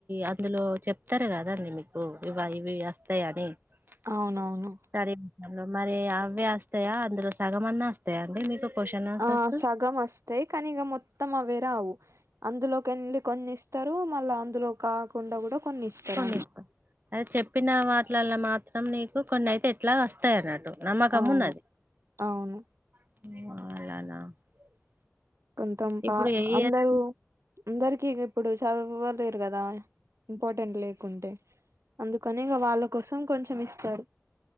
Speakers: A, on the right (about 40°); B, on the right (about 65°).
A: అందులో చెప్తారు కదండి మీకు. <unintelligible>
B: అవునవును
A: అవే వస్తాయా. అందులో సగం అన్నా వస్తాయా. అండి మీకు. క్వశ్చన్ ఆన్సర్స్
B: ఆ సగం వస్తాయి. కానీ ఇక మొత్తం అవే. రావు అందులోకి కే ళ్ళలి. కొన్ని ఇస్తారు. మళ్ళ అందులో కాకుండా కూడా. కొన్ని ఇస్తారు
A: కొన్నిస్తాం, అది చెప్పిన వాటిలలో మాత్రం నీకు కొన్ని అయితే ఎట్లా వస్తాయి అన్నట్టు. నమ్మకం
B: అవును,
A: ఉన్నది
B: అవును.
A: <unintelligible>
B: కొంతం పా
A: ఇప్పుడు ఏ ఇయర్
B: అందరూ. అందరికి ఇప్పుడు చదువలేరు, కదా ఇంపార్టెంట్ లేకుంటే. అందుకని ఇక వాళ్ళ కోసం కొంచెం ఇస్తారు.